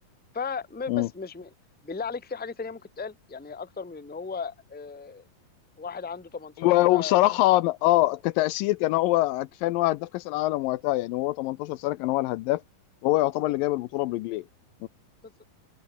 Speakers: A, in the centre; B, on the left.
A: فبس
B: مم.
A: مش م... بالله عليك في حاجه تانية ممكن تقال يعني اكتر من ان هو آه، واحد عنده 18
B: و-
A: سنه
B: وبصراحه اه كتاثير كان هو كفايه ان هو هداف كاس العالم وقتها يعني هو 18 سنه كان هو الهداف وهو يعتبر
A: بالظبط
B: اللي جايب البطوله برجليه
A: بالظبط